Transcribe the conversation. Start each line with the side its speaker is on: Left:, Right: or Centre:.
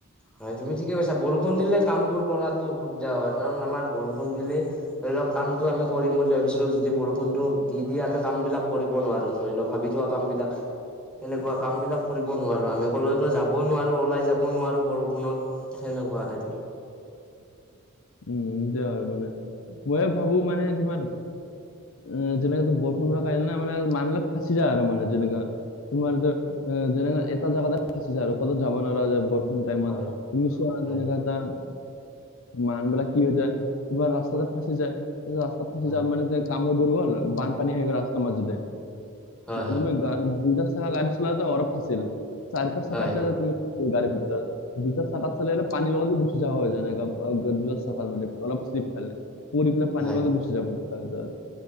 Centre: হয় তুমি ঠিকে কৈছা। বৰষুণ দিলে কাম বোৰ কৰাতো অসুবিধা হয়। কাৰণ আমাৰ বৰষুণ দিলে ধৰি লওক কামটো আমি কৰিম বুলি ভাবিছিলো, যদি বৰষুণটো দি দিয়ে আমি কাম বিলাক কৰিব নোৱাৰো। ধৰি লওক ভাবি থোৱা কাম বিলাক। এনেকুৱা কাম বিলাক কৰিব নোৱাৰো, আমি কলৈকো যাবও নোৱাৰো, ওলাই যাব নোৱাৰো বৰষু কোনত সেনেকুৱা টাইপি।
Left: উম <unintelligible> হয় মানে। মই ভাবো মানে তোমাৰ অ যেনেকা বৰষুণৰ কাৰণে মানে মানুহবিৰাক ফাঁচি যায় আৰু মানে যেনেকা। তোমাৰো যেনে এটা জাগাতে ফচি যায় আৰু কতো যাব নোৱাৰা হৈ যায় <unintelligible> টাইমত
Centre: হয়
Left: তুমি চোৱা
Centre: হয়
Left: যেনেকুৱা এটা মানুহ বিলাক কি হৈ যায়, কিবা ৰাস্তাতে ফচি যায়, ৰাস্তাত ফচি
Centre: হয়
Left: যা মানে <unintelligible> কাম বোৰ গ'ল, বানপানী হৈ গ'ল ৰাস্তা মাজিতে,
Centre: হয় হয়
Left: তুমি গ দুটা <unintelligible> গাড়ী চলাটো অৰফ আছিল। চাৰিটা চাকাত
Centre: হয় হয়
Left: তুমি গাড়ী ভিতৰত, দুটা চকাত চল <unintelligible> পানীৰ লগতে গুচি যা হয় যেনেকাত চাফাল মানে অলপচলিপ ফালে। পু পেলাই পানীৰ
Centre: হয়
Left: লগতে গু যাবাদা <unintelligible>